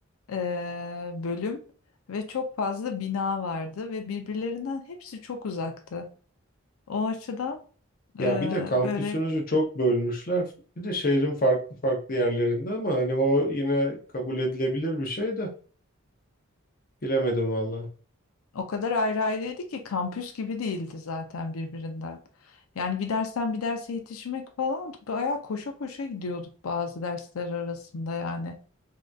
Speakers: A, on the left; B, on the left.
A: eee, bölüm ve çok fazla bina vardı ve birbirlerinden hepsi çok uzaktı. O açıdan
B: Ya
A: eee,
B: bir de kampüsünüzü
A: böyle
B: çok bölmüşler. Bir de şehrin farklı farklı yerlerinde ama hani o yine kabul edilebilir bir şey de bilemedim valla.
A: o kadar ayrı ayrıydı ki kampüs gibi değildi zaten birbirinden. Yani bir dersten bir derse yetişmek falan bayağı koşa koşa gidiyorduk bazı dersler arasında yani